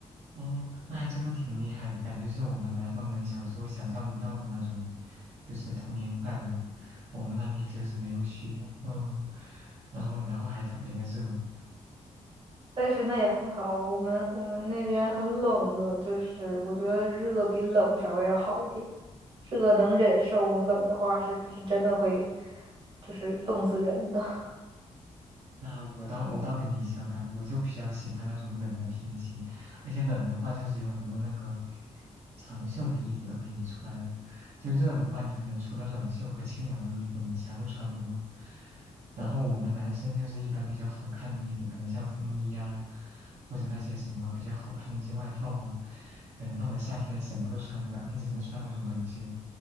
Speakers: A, on the right; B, on the right.
A: 哦，那还真的挺厉害的，感觉是我们南方人小时候想象不到的那种，就是童年快乐。我们那边就是没有雪，嗯，然后然后还特别的热。
B: 但是那也很好啊，我们我们那边很冷的，就是我觉得热比冷稍微要好一点，热能忍受，冷的话是是真的会就是冻死人的。
A: 那我倒我倒跟你相反，我就比较喜欢那种冷的天气，而且冷的话就是有很多那个长袖的衣服都可以穿，就热的话你可能除了短袖和清凉的衣服你啥都穿不了。然后我们男生就是一般比较好看的衣服，可能像风衣呀、或者那些什么比较好看的一些外套啊，可能到了夏天什么都穿不了，你只能穿那种短袖。